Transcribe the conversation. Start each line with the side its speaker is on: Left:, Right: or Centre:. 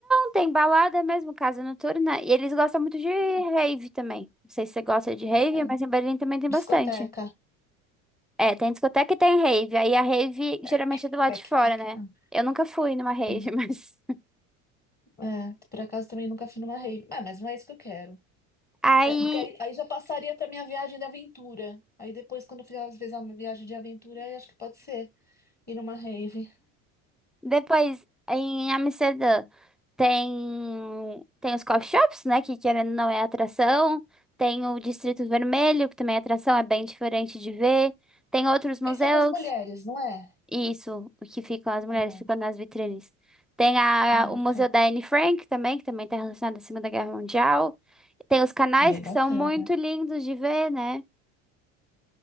Centre: Tem balada mesmo, casa noturna. E eles gostam muito de rave
Left: Ah,
Centre: também. Não sei se você gosta de rave,
Left: ah,
Centre: mas em Berlim também tem
Left: discoteca.
Centre: bastante. É, tem discoteca e tem rave. Aí a rave geralmente
Left: É, Tec,
Centre: é do lado
Left: tec,
Centre: de fora,
Left: tec.
Centre: né?
Left: Não,
Centre: Eu nunca fui numa rave,
Left: entendi.
Centre: <laughs> mas.
Left: É, por acaso também nunca fui numa rave. Ah, mas não é isso que eu quero.
Centre: Aí
Left: É, porque aí, aí já passaria pra minha viagem de aventura. Aí depois, quando eu fizer, às vezes, uma viagem de aventura, aí acho que pode ser ir numa rave.
Centre: depois em Amsterdã tem tem os coffee shops, né? Que querendo ou não é atração. Tem o Distrito Vermelho, que também é atração, é bem diferente de ver. Tem outros museus.
Left: Essa é das mulheres, não é?
Centre: Isso, o que ficam, as mulheres
Left: Ah,
Centre: ficam nas vitrines. Tem a,
Left: ah,
Centre: o Museu
Left: ok.
Centre: da Anne Frank também, que também está relacionado à Segunda Guerra Mundial. Tem os canais
Left: Bem
Centre: que
Left: bacana.
Centre: são muito lindos de ver, né?